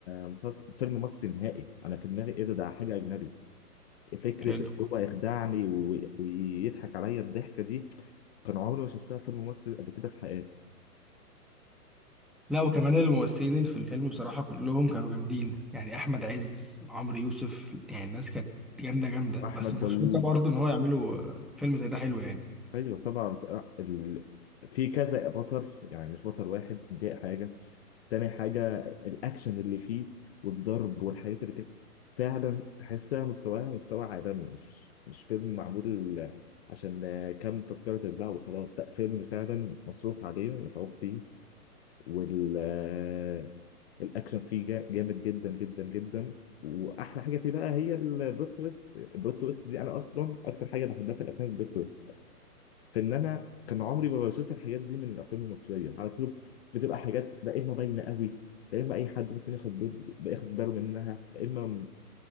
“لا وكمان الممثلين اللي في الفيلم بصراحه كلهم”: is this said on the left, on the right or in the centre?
Centre